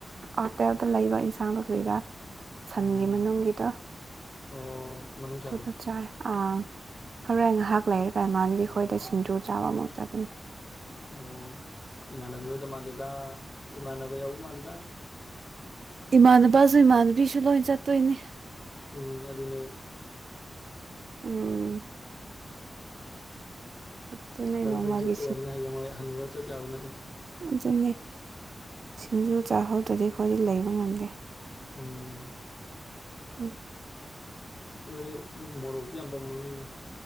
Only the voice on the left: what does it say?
ꯎꯝ
ꯑꯣ ꯃꯅꯨꯡꯁꯥꯗꯣ
ꯑꯣ ꯏꯃꯥꯟꯅꯕꯤ ꯍꯣꯏꯗ ꯃꯥꯟꯗꯦꯗ ꯏꯃꯥꯟꯅꯕ ꯌꯥꯎꯕ ꯃꯥꯜꯂꯤꯗ
ꯎꯝ ꯑꯗꯨꯗꯅꯦ
ꯐꯩ
ꯐꯩ ꯆꯠꯀꯗꯕꯅꯦ ꯍꯌꯦꯡꯋꯥꯏ ꯍꯅꯨꯔ ꯆꯠ ꯆꯥꯕ ꯅꯠꯇꯦ
ꯎꯝ
ꯗꯤ ꯃꯣꯔꯣꯛꯇꯤ ꯌꯥꯝ ꯄꯥꯝꯃꯝꯅꯤꯅ